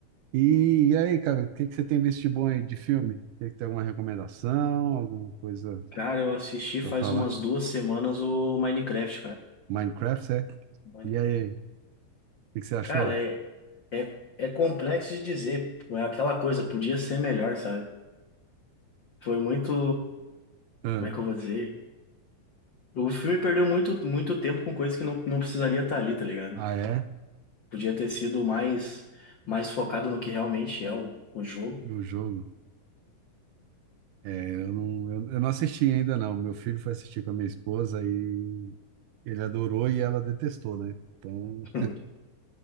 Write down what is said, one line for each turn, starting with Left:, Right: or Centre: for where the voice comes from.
Right: E, e aí, cara, o que que você tem visto de bom aí de filme? Tem que ter alguma recomendação, alguma coisa
Left: Cara, eu assisti faz
Right: pra falar?
Left: umas duas semanas o Minecraft, cara.
Right: Minecraft, é?
Left: Mine-
Right: E aí, o que que você achou?
Left: Cara, é, é, é complexo de dizer. É aquela coisa, podia ser melhor, sabe? Foi muito.
Right: Ah,
Left: Como é que eu vou dizer? O filme perdeu muito, muito tempo com coisas que não, não precisaria estar ali, tá ligado?
Right: ah, é?
Left: Podia ter sido mais, mais focado no que realmente é o, o jogo.
Right: Do jogo? É, eu não, eu, eu não assisti ainda, não. Meu filho foi assistir com a minha esposa e ele adorou e ela detestou, né? Então,
Left: <laughs>